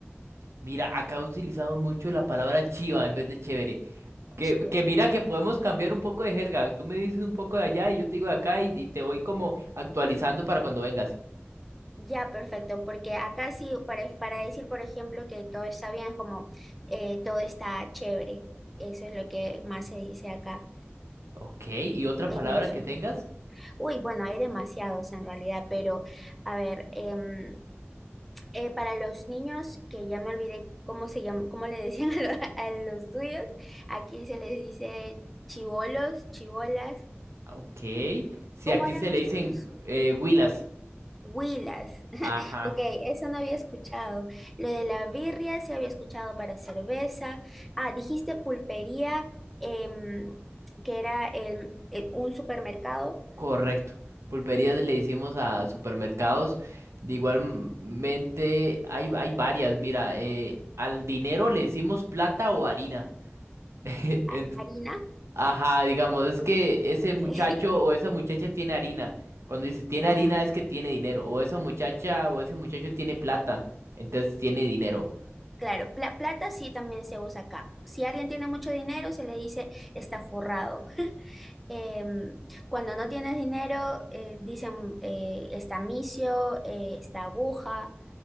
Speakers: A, on the right; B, in the centre.
A: Mira, acá utilizamos mucho la palabra chiva en vez de chévere. Que,
B: chiva.
A: que mira que podemos cambiar un poco de jerga. Tú me dices un poco de allá y yo te digo de acá y, y te voy como actualizando para cuando vengas.
B: Ya, perfecto, porque acá sí, para, para decir, por ejemplo, que todo está bien, es como eh, todo está chévere. Eso es lo que más se dice acá
A: Ok, ¿y otra
B: en
A: palabra
B: eso.
A: que tengas?
B: Uy, bueno, hay demasiados en realidad, pero a ver, em, eh, para los niños, que ya me olvidé cómo se llama, cómo le decían <laughs> a, lo- a los tuyos, aquí se les dice chivolos, chivolas.
A: Ok. Si
B: ¿Cómo
A: aquí
B: eran
A: se
B: los
A: le dicen
B: tuyos?
A: eh, huilas.
B: Huilas. <laughs>
A: Ajá,
B: Ok, eso no había escuchado. Lo de la birria sí había escuchado para cerveza. Ah, dijiste pulpería, em, que era el- eh, un supermercado.
A: correcto. Pulperías le decimos a supermercados. De igualmente hay, hay varias. Mira, eh, al dinero le decimos plata o harina. <laughs>
B: Ha-
A: En-
B: harina,
A: Ajá, digamos, es que ese
B: ok.
A: muchacho
B: <laughs>
A: o esa muchacha tiene harina. Cuando dice tiene
B: Ah,
A: harina es que tiene dinero. O esa muchacha o ese muchacho tiene plata. Entonces tiene dinero.
B: claro, pla- plata sí también se usa acá. Si alguien tiene mucho dinero, se le dice está forrado. <laughs> Em, cuando no tienes dinero, eh, dicen eh, está misio, eh, está aguja.